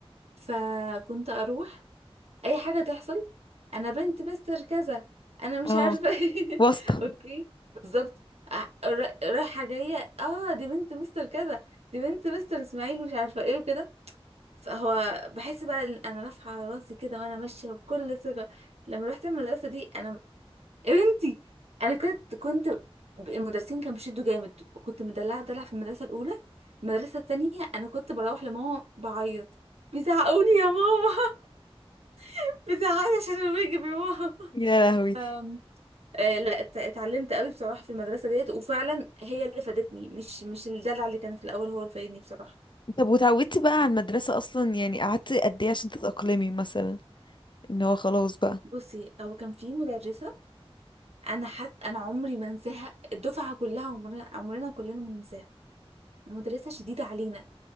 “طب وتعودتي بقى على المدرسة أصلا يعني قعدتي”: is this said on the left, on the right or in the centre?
Left